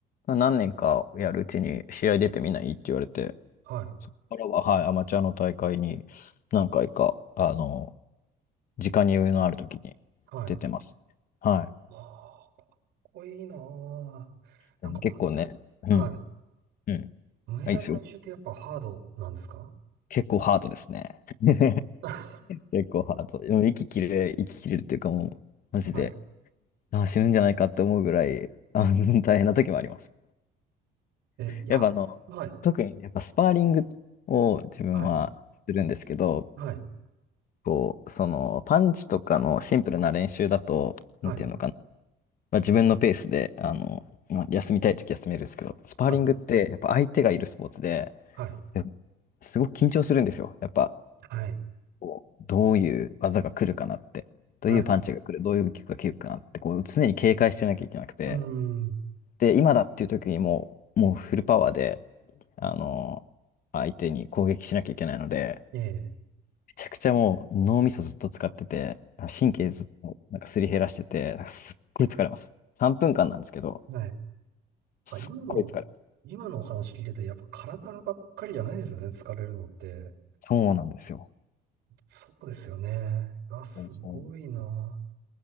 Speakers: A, on the left; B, on the right.
A: 何年かやるうちに試合出てみないって言われて、
B: はい、
A: そこからは、はい、アマチュアの大会に何回か、あの、時間に余裕のある時に出てます。
B: はい。
A: はい。
B: わあ、かっこいいなあ。なんか、
A: でも結構ね、
B: ムエタイ、
A: うん、
B: はい。
A: うん。
B: ムエタイの練習ってやっぱハードなんですか
A: あ、いいですよ。結構ハードですね。<laughs>
B: <laughs>
A: 結構ハード。でも息切れ、息切れるっていうかもう、マジで、
B: はい。
A: あ、死ぬんじゃないかって思うぐらい、あの、大変な時もあります。
B: え、いや、
A: やっぱあの、
B: はい、
A: 特にやっぱスパーリングを自分はするんですけど、
B: はい、はい、
A: こう、その、パンチとかのシンプルな練習だと、
B: はい、
A: なんていうのかなまあ、自分のペースで、あの、まあ、休みたい時休めるんですけど、スパーリングってやっぱ相手がいるスポーツで、
B: はい、はい、
A: やっぱすごく緊張するんですよ。やっぱ、
B: はい、
A: こうどういう技が来るかなって、どういうパンチが来る、
B: はい。
A: どういうキックが来るかなって、こう常に警戒してなきゃいけなくて、
B: うーん、
A: で、今だっていう時にもう、もうフルパワーで、あの、相手に攻撃しなきゃいけないので、
B: ええ、
A: めちゃくちゃもう脳みそずっと使ってて、神経ずっとなんかすり減らしてて、なんかすっごい疲れます。3分間なんですけど、
B: はい。やっぱ今の、
A: すっごい疲れます。
B: 今のお話聞いてて、やっぱ体ばっかりじゃないですよね、疲れるのって。
A: そうなんですよ。
B: そうですよね。が、すごいな。
A: そうそう